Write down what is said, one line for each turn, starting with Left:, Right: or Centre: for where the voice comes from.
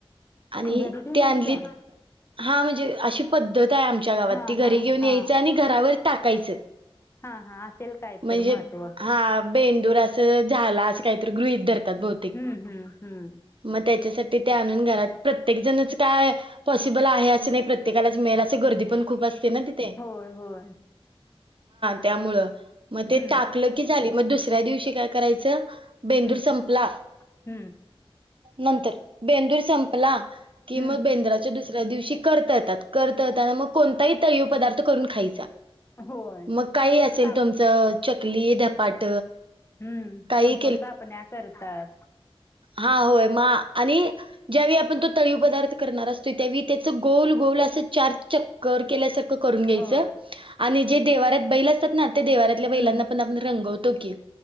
Right: आणि
Left: घरी घेऊन
Right: ते
Left: यायचं
Right: आणलीत. हा म्हणजे अशी पद्धत आहे आमच्या गावात
Left: हा
Right: ती घरी
Left: हा
Right: घेऊन
Left: हा
Right: यायचं आणि घरावर टाकायचं.
Left: हा हा आसेल काय
Right: म्हणजे
Left: तर महत्व.
Right: हां, बेंदूर असं झाला असं काहीतरी गृहित धरतात बहूत
Left: हम्म हम्म हम्म.
Right: म त्याच्यासाठी ते आणून घरात प्रत्येक जणच काय? पॉसिबल आहे असं नाही प्रत्येकालाच मिळेलचं गर्दी पण खूप असते ना तिथे
Left: होय होय
Right: त्यामुळे
Left: हम्म
Right: ते म टाकल. की झाली म दुसऱ्या दिवशी काय करायचं बेंदूर
Left: हम्म
Right: संपला.
Left: हम्म
Right: नंतर बेंदूर संपला कि
Left: हम्म
Right: म बेंद्राच्या दुस दुसऱ्या दिवशी करता येतात करता येतांना म कोणताही तळीव पदार्थ करून खायचा.
Left: होय.
Right: मग काही असेल
Left: काप
Right: तुमचं चकली धपाट
Left: हम्म
Right: काही
Left: कोणकोण कापण्या करतात.
Right: हा व्हय मा आणि ज्यावेळी आपण तो तळीव पदार्थ करणार असतो त्यावे त्याच गोल गोल असं चार च कर केल्या सारख करून घ्यायच
Left: होय
Right: आणि जे देवाऱ्यात बैल असतात ना ते देवाऱ्यात
Left: हम्म
Right: आपल्या नैलांना पण आपण रंगवतो की